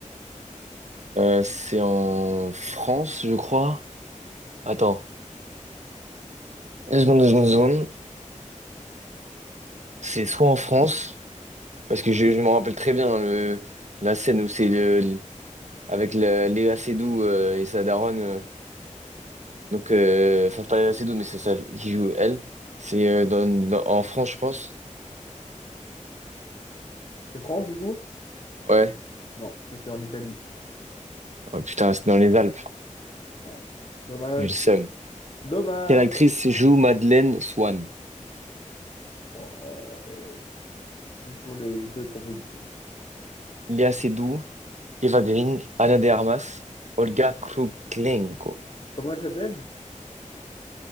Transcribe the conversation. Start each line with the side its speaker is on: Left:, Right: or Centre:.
Right: euh, c'est en France, je crois. Attends, deux secondes, deux secondes, deux secondes. C'est soit en France... Parce que je, je me rappelle très bien hein, le, la scène où c'est le, le- avec la- Léa Seydoux euh, et sa daronne. euh, donc, euh, enfin, pas Léa Seydoux, mais c'est ça qui joue elle. C'est euh, dans, dans- en France, je pense.
Left: C'est France, du coup?
Right: Ouais.
Left: Non, c'était en Italie.
Right: Oh, putain, c'est dans les Alpes.
Left: Ouais. Dommage.
Right: J'ai le seum.
Left: Dommage.
Right: Quelle actrice joue Madeleine Swann?
Left: Oh, euh, il me faut les, il me faut les propositions.
Right: Léa Seydoux, Eva Green, Ana de Armas, Olga Kruklenko.
Left: Comment elle s'appelle?